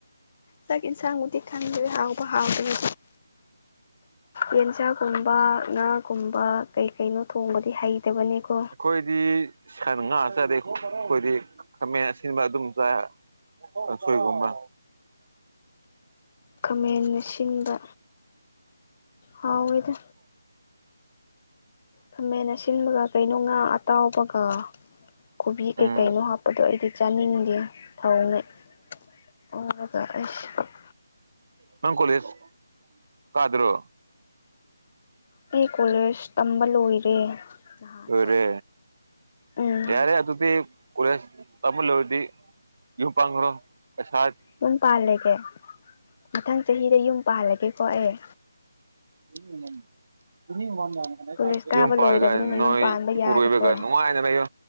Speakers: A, on the left; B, on the right.
A: ꯆꯥꯛ ꯌꯦꯟꯁꯥꯡꯃꯨꯛꯇꯤ ꯈꯪꯗꯦ ꯍꯥꯎꯕ ꯍꯥꯎꯗꯅꯤ ꯌꯦꯟꯁꯥꯛꯒꯨꯝꯕ ꯉꯥꯒꯨꯝꯕ ꯀꯩ ꯀꯩꯅꯣ ꯊꯣꯡꯕꯗꯤ ꯍꯩꯇꯕꯅꯤꯀꯣ
B: ꯑꯩꯈꯣꯏꯗꯤ ꯁꯟ ꯉꯥ ꯆꯥꯗꯦ ꯑꯩꯈꯣꯏꯗꯤ ꯈꯥꯃꯦꯟ ꯑꯁꯤꯟꯕ ꯑꯗꯨꯝ ꯆꯥꯏ ꯁꯣꯏ ꯀꯨꯝꯕ
A: ꯈꯥꯃꯟꯅ ꯁꯤꯟꯕ ꯍꯥꯎꯋꯦꯗ ꯈꯃꯦꯟ ꯑꯁꯤꯟꯕꯒ ꯀꯩꯅꯣ ꯉꯥ ꯑꯇꯥꯎꯕꯒ ꯀꯣꯕꯤ ꯀꯩꯀꯩꯅꯣ
B: ꯎꯝ
A: ꯍꯥꯞꯄꯗꯣ ꯑꯩꯗꯤ ꯆꯥꯅꯤꯡꯗꯦ ꯊꯑꯣꯅ <unintelligible>
B: ꯅꯪ ꯀꯣꯂꯁ ꯀꯥꯗ꯭ꯔꯣ
A: ꯑꯩ ꯀꯣꯂꯦꯖ ꯇꯝꯕ ꯂꯣꯏꯔꯦ ꯅꯍꯥꯟ
B: ꯂꫭꯏꯔꯦ
A: ꯎꯝ
B: ꯌꯥꯔꯦ ꯑꯗꯨꯗꯤ ꯀꫭꯂꯁ ꯇꯝꯕ ꯂꫭꯏꯔꯗꯤ ꯌꯣ ꯄꯥꯡꯈ꯭ꯔꯣ ꯀꯁꯥꯏꯠ
A: ꯌꯨꯝ ꯄꯥꯜꯂꯒꯦ ꯃꯊꯪ ꯆꯍꯤꯗ ꯌꯨꯝ ꯄꯥꯜꯂꯒꯦꯀꯣ ꯑꯩ
B: <unintelligible>
A: ꯀꯣꯂꯦꯖ ꯀꯥꯕ
B: ꯌꯨꯝ ꯄꯥꯜꯂꯒ
A: ꯂꯣꯏꯔꯕꯅꯤꯅ
B: ꯅꯣꯏ
A: ꯌꯨꯝ ꯄꯥꯟꯕ
B: ꯏꯄꯨꯔꯣꯏꯕꯒ
A: ꯌꯥꯔꯦꯀꯣ
B: ꯅꯨꯡꯉꯥꯏꯗꯅꯌꯣ